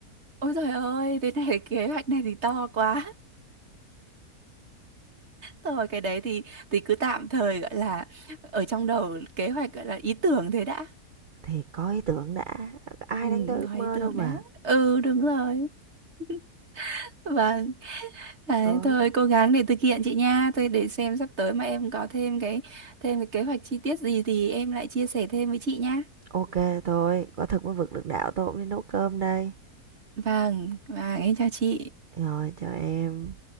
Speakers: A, on the right; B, on the right.
A: Ôi trời ơi, thế này cái kế hoạch này thì to quá. <laughs> Thôi cái đấy thì thì cứ tạm thời gọi là ở trong đầu kế hoạch gọi là ý tưởng thế đã.
B: thì có ý tưởng đã ai
A: Ừ,
B: đánh tới ước
A: gọi
B: mơ
A: ý tưởng
B: đâu mà
A: đã. Ừ, đúng rồi. <laughs> Vâng, đấy,
B: thôi
A: thôi cố gắng để thực hiện chị nha. Tôi để xem sắp tới mà em có thêm cái thêm cái kế hoạch chi tiết gì thì em lại chia sẻ thêm với chị nha.
B: ok thôi có thực mới vực được đạo tôi cũng đi nấu cơm đây
A: Vâng, vâng, em chào chị.
B: rồi chào em